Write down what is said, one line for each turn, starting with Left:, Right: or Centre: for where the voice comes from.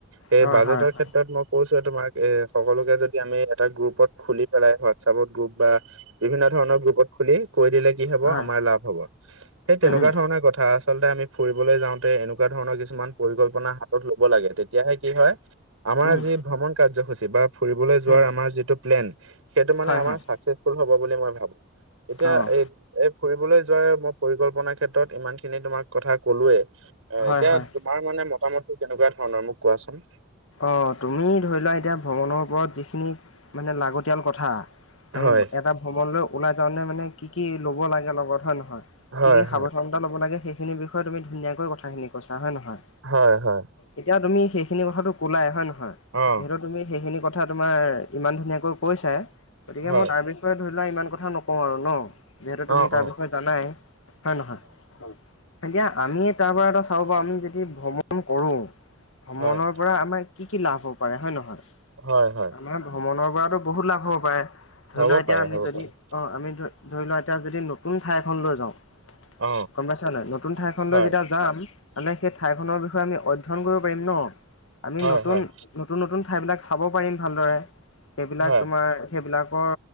Right: সেই
Left: হয়
Right: বাজেটৰ
Left: হয় হয়
Right: ক্ষেত্ৰত মই কৈছোয়ে তোমাক এ সকলোকে যদি আমি এটা গ্ৰুপত খুলি পেলাই হোৱাটছআপত গ্ৰুপ বা বিভিন্ন ধৰণৰ গ্ৰুপত খুলি কৈ দিলে কি হব
Left: হয়
Right: আমাৰ লাভ হব। সেই তেনেকুৱা
Left: উম উম
Right: ধৰণৰ কথা আচলতে আমি ফুৰিবলৈ যাওঁতে এনেকুৱা ধৰণৰ কিছুমান পৰিকল্পনা হাতত ল'ব লাগে তেত তেতিয়াহে কি হয় আমাৰ
Left: উম
Right: যি ভ্ৰমণ কাৰ্যসূচী বা ফুৰিবলৈ যোৱাৰ
Left: উম
Right: আমাৰ যিটো প্লেন সেইটো মানে
Left: হয়
Right: আমাৰ
Left: হয়
Right: চাকচেচফুল হ'ব বুলি মই ভাবো এতিয়া
Left: অঁ
Right: এই এই ফুৰিবলৈ যোৱাৰ মই পৰিকল্পনাৰ ক্ষেত্ৰত ইমান খিনি তোমাক কথা কলোৱে। অ
Left: হয়
Right: এতিয়া
Left: হয়
Right: তোমাৰ মানে মতামতটো কেনেকুৱা ধৰণৰ মোক কোৱাচোন?
Left: অ তুমি ধৰি লোৱা এতিয়া ভ্ৰমণৰ ওপৰত যিখিনি মানে লাগতিয়াল কথা আমি
Right: হয়
Left: এটা ভ্ৰমণ লৈ ওলাই যাওঁতে মানে কি কি ল'ব লাগে লগত হয় নহয়
Right: হয়
Left: কি কি সাৱধান
Right: হয়
Left: ল'ব লাগে সেইখিনিৰ বিষয়ে তুমি ধুনীয়াকৈ কথাখিনি কৈছা হয় নহয়।
Right: হয় হয়
Left: এতিয়া তুমি সেইখিনি কথাটো ক'লাই হয় নহয়
Right: অ
Left: যিহেতু তুমি সেইখিনি কথা তোমাৰ ইমান ধুনীয়াকৈ কৈছায়ে গতিকে
Right: হয়
Left: মই তাৰ বিষয়ে ধৰি লোৱা ইমান কথা নকওঁ আৰু ন। যিহেতু তুমি
Right: অ
Left: তাৰ
Right: অ
Left: বিষয়ে জানাই হয় নহয়? এতিয়া আমি তাৰ পৰা এটা চাওঁ পাৰ আমি যদি ভ্ৰমণ কৰোঁ ভ্ৰমণৰ
Right: হয়
Left: পৰা আমাক কি কি লাভ হ'ব পাৰে হয় নহয়।
Right: হয় হয়।
Left: আমাৰ ভ্ৰমণৰ পৰাতো বহুত লাভ হ'ব পাৰে ধৰি
Right: হ'ব
Left: লোৱা এতিয়া
Right: পাৰে
Left: আমি
Right: হ'ব
Left: যদি-
Right: পাৰে
Left: অ আমি ধ ধৰি লোৱা এতিয়া যদি নতুন ঠাই এখন লৈ যাওঁ।
Right: অ
Left: গম পাইছা নহয় নতুন ঠাইখন
Right: হয়
Left: লৈ যেতিয়া যাম। মানে সেই ঠাইখনৰ বিষয়ে আমি অধ্যয়ন কৰিব পাৰিম ন আমি
Right: হয়
Left: ন-
Right: হয়
Left: নতুন নতুন ঠাইবিলাক চাব পাৰিম ভালদৰে সেইবিলাক
Right: হয়
Left: তোমাৰ সেইবিলাকৰ